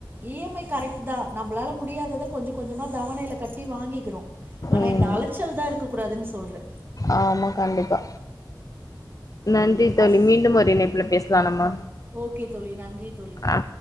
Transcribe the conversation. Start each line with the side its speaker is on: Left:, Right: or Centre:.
Right: இ எம் ஐ கரெக்ட் தா நம்ளால முடியாதத கொஞ்ச கொஞ்சமா தவணைல கட்டி வாங்கிக்கிறோ ஆனா
Left: ம்
Right: இந்த அலைச்சல் தா இருக்க கூடாதுன் சொல்றே
Left: ஆமா கண்டிப்பா நன்றி தோழி
Right: அது
Left: மீண்டும் ஒரு இணைப்புல பேஸ்லா நம்ம
Right: ஓகே தோழி நன்றி தோழி
Left: ஆ